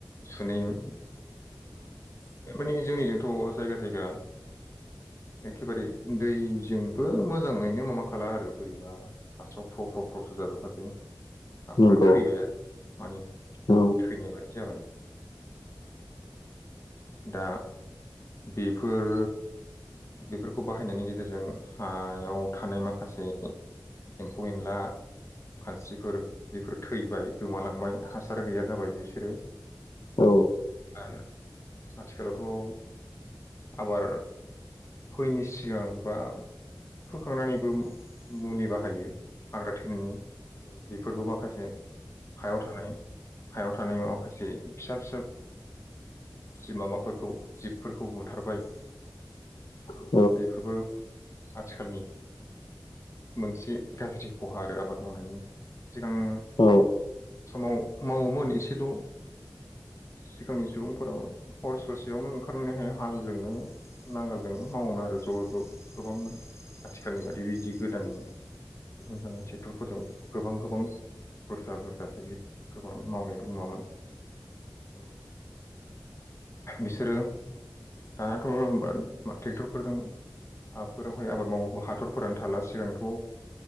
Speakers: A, on the left; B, on the left.
A: सुनै थार मानि जोंनिजोंथ जायगा जायगा एखेबारे दैजोंबो मोजाङैनो माबा खाला आरो बोरैबा हास्राव फ्राव फ्राव प्रस' जाजोबखासै हाफोरा
B: नंगौ
A: थैबाय आरो माने
B: औ
A: थैनाय बादि जाबाय
B: <inaudible>
A: दा बेफोर बेफोरखौ बाहायनायनि गेजेरजों हायाव थानाय माखासे एम्फौ एनला खानस्रिफोर बेफोर थैबाय गोमालांबाय हासार गैया जाबाय बिसोरो
B: औ
A: आरो आथिखालावथ आबाद फैयिनि सिगां बा फोखांनानैबो मुलि बाहायो हाग्रा थैनायनि बेफोरबो माखासे हायाव थानाय हायाव थानाय माखासे फिसा फिसा जिब माबाफोरखौ जिबफोरखौ बुथारबाय
B: औ
A: बेफोरबो आथिखालनि मोनसे गाज्रि खहा आरो आबाद मावनायनि सिगां
B: औ
A: समाव मावोमोन एसेल' सिगांनि सुबुंफोराबो हर ससेयावनो ओंखारनानैहाय हालजोंनो नांगोलजोंनो मावोमोन आरो ज' ज' गोबांनो आथिखालनि बादि बिदि गोदानै दिहुनजानाय ट्रेक्टरफोरजों गोबां गोबां बुरजा बुर जा बिदि गोबां मावनायबो नुआमोन। बिसोरो दानाथ' मा ट्रेक्टरफोरजों आफोरावहाय आबाद मावबो हाथरफोरानो थाला सिगांथ